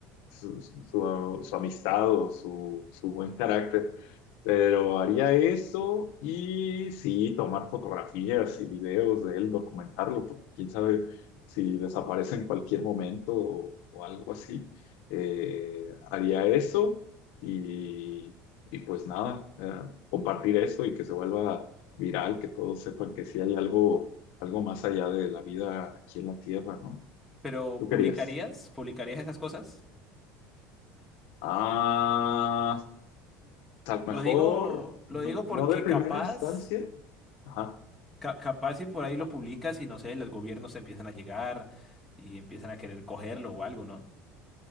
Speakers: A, on the left (about 65°); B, in the centre.
A: su, su- su su amistad o su, su buen carácter. Pero haría eso y sí, tomar fotografías y videos de él, documentarlo, porque quién sabe si desaparece en cualquier momento o, o algo así. Eh, haría eso y, y pues nada, eh, compartir esto y que se vuelva viral, que todos sepan que sí hay algo, algo más allá de la vida aquí en la Tierra, ¿no?
B: Pero
A: ¿Tú
B: ¿publicarías?
A: querías?
B: ¿Publicarías esas cosas?
A: Ah, a lo
B: Lo
A: mejor,
B: digo, lo
A: no,
B: digo porque
A: no de primera
B: capaz.
A: instancia. Ajá.
B: ca- capaz si por ahí
A: ajá.
B: lo publicas y no sé, los gobiernos te empiezan a llegar y empiezan a querer cogerlo o algo, ¿no?